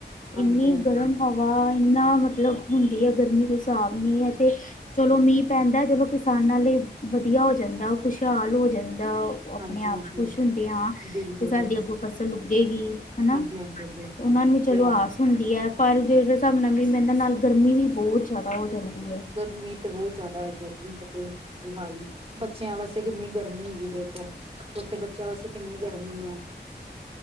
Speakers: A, on the right (about 30°); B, on the left (about 45°).
A: ਹਾਂਜੀ
B: ਇੰਨੀ
A: ਹਾਂਜੀ
B: ਗਰਮ ਹਵਾ, ਇੰਨਾ ਮਤਲਬ ਹੁੰਦੀ ਹੈ ਗਰਮੀ ਕੋਈ ਹਿਸਾਬ ਨਹੀਂ ਹੈ ਤੇ ਚਲੋ ਮੀਂਹ ਪੈਂਦਾ, ਚਲੋ ਕਿਸਾਨਾਂ ਲਈ ਵਧੀਆ ਹੋ ਜਾਂਦਾ, ਖੁਸ਼ਹਾਲ ਹੋ ਜਾਂਦਾ ਓ। ਉਹ ਆਪਣੇ
A: ਹਾਂਜੀ-ਹਾਂਜੀ
B: ਆਪ 'ਚ ਖੁਸ਼ ਹੁੰਦੇ ਹਾਂ,
A: ਬਿਲਕੁਲ
B: ਕਿ ਸਾਡੀ ਅੱਗੋਂ ਫਸਲ ਉੱਗੇਗੀ। ਹੈਨਾ,
A: ਹਾਂਜੀ-ਹਾਂਜੀ-ਹਾਂਜੀ
B: ਉਹਨਾਂ ਨੂੰ ਵੀ
A: ਤੇ
B: ਚਲੋ
A: ਹੈ
B: ਆਸ ਹੁੰਦੀ ਹੈ, ਪਰ ਜਿਹੜੇ ਹਿਸਾਬ ਨਾਲ ਵੀ ਮੈਂ ਇਹਦੇ ਨਾਲ ਗਰਮੀ ਵੀ ਬਹੁਤ ਜਿਆਦਾ ਹੋ ਜਾਂਦੀ ਹੈ।
A: ਗਰਮੀ ਤੇ ਬਹੁਤ ਜ਼ਿਆਦਾ ਹੈ ਗਰਮੀ ਤੇ ਕੋਈ ਹਾਲ ਨਹੀ, ਬੱਚਿਆਂ ਵਾਸਤੇ ਕਿੰਨੀ ਗਰਮੀ ਹੈਗੀ ਇਥੇ ਛੋਟੇ ਬੱਚਿਆਂ ਵਾਸਤੇ ਕਿੰਨੀ ਗਰਮੀ ਐ।